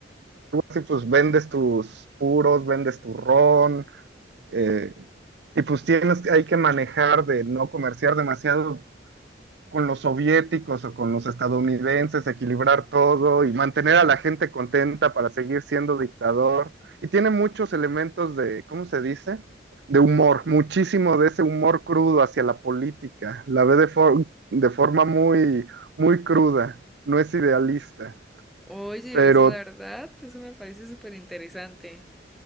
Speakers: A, on the right; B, in the centre.
A: y pues vendes tus puros, vendes tu ron, eh, y pues tienes, hay que manejar de no comerciar demasiado con los soviéticos o con los estadounidenses, equilibrar todo y mantener a la gente contenta para seguir siendo dictador. Y tiene muchos elementos de, ¿cómo se dice? De humor, muchísimo de ese humor crudo hacia la política. La ve de, for- de forma muy, muy cruda, no es idealista.
B: Oye,
A: Pero
B: eso la verdad, eso me parece súper interesante.